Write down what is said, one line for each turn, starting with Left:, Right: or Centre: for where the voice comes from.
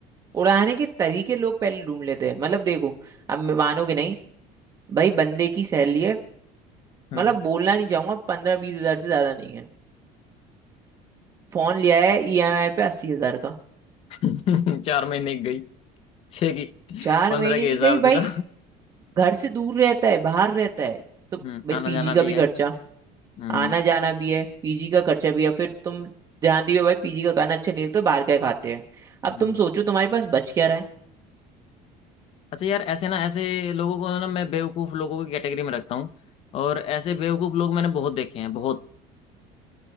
Right: उड़ाने के तरीके लोग पहले ढूंढ लेते हैं मतलब देखो अब मैं- मानोगे नहीं भाई बंदे की सैलरी है
Left: हम्म
Right: मतलब बोलना नहीं चाहूंगा पंद्रह बीस हजार से ज्यादा नहीं है फोन लिया है ईएमआई पे अस्सी हजार का
Left: हम्म <laughs> चार महीने की गई छह की
Right: चार
Left: पंद्रह
Right: महीने
Left: के
Right: की
Left: हिसाब
Right: गई भाई
Left: से तो
Right: घर से दूर रहता है बाहर रहता है तो भाई
Left: हम्म आना
Right: पीजी
Left: जाना
Right: का
Left: भी
Right: भी
Left: है
Right: खर्चा
Left: हम्म
Right: आना जाना भी है पीजी का खर्चा भी है फिर तुम जानती हो भाई पीजी का खाना अच्छा नहीं लगता बाहर का ही खाते हैं अब
Left: हम्म
Right: तुम सोचो तुम्हारे पास बच क्या रहा है
Left: अच्छा यार ऐसे ना ऐसे लोगों को ना मैं बेवकूफ लोगों की कैटेगरी में रखता हूँ और ऐसे बेवकूफ लोग मैंने बहुत देखे हैं बहुत